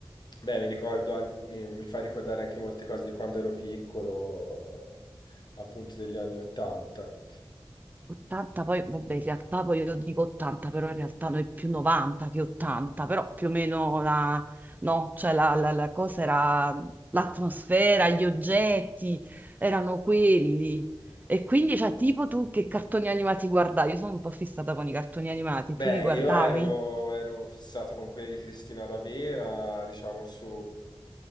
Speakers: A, on the left; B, on the right.
A: beh, mi ricordo anche, mi, mi fa ricordare anche molte cose di quando ero piccolo, appunto degli anni Ottanta.
B: 80, poi vabbè, in realtà poi io dico 80, però in realtà noi più 90 che 80, però più o meno la, no, cioè la, la- la cosa era l'atmosfera, gli oggetti erano quelli. E quindi, cioè, tipo tu che cartoni animati guardavi? Io sono un po' fissata con i cartoni animati,
A: Beh,
B: tu li guardavi?
A: io ero, ero fissato con quelli di Cristina D'Avera, diciamo su,